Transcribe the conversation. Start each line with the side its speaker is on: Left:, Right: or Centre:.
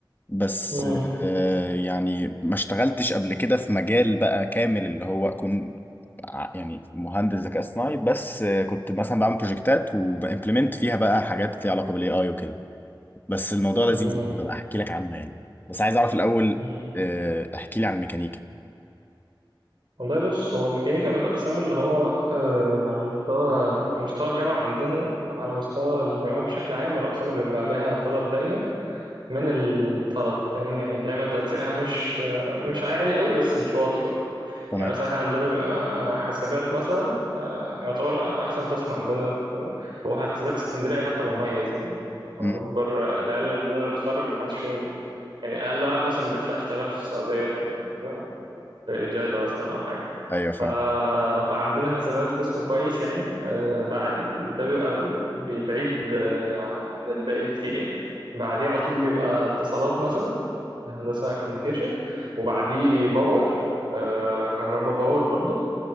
Left: بس
Right: مم.
Left: آه، يعني ما اشتغلتش قبل كده في مجال بقى كامل اللي هو اكون ع- يعني مهندس ذكاء اصطناعي بس آه، كنت مثلا بعمل بروجكتات وبامبلمنت فيها بقى حاجات ليها علاقه بالاي اي وكده بس الموضوع
Right: مم.
Left: لذيذ برضه، بقى احكي لك عنه يعني بس عايز اعرف الاول
Right: مم.
Left: آه، احكي لي عن الميكانيكا
Right: والله بص هو ميكانيكا من الأقسام اللي هو آه على مستوى على مستوى الجامعة عندنا وعلى مستوى الجامعات بشكل عام من الأقسام اللي بيبقى عليها طلب دايما من الطلب فاهمني يعني دايما تنسيقها مش آه مش عالي قوي بس مش واطي برضه
Left: تمام
Right: يعني مثلا احنا عندنا بيبقى حاسبات مثلا آه يعتبر أحسن قسم عندنا في وحاسبات اسكندرية حتى مميز يعني معروف
Left: مم.
Right: بره العيال عندنا متخرج محدش فيهم يعني أقل واحد مثلا بيطلع يشتغل في السعودية في في إجادة مثلا أو حاجة
Left: ايوه فاهم
Right: ف... فعندنا حسابات قسم كويس يعني آه، بعد ده بيبقى بي- بعيد آه، عن الباقي بكتير يعني بعديه على طول بيبقى اتصالات مثلا هندسة كوميونيكيشن وبعديه باور آه، كهرباء باور برضو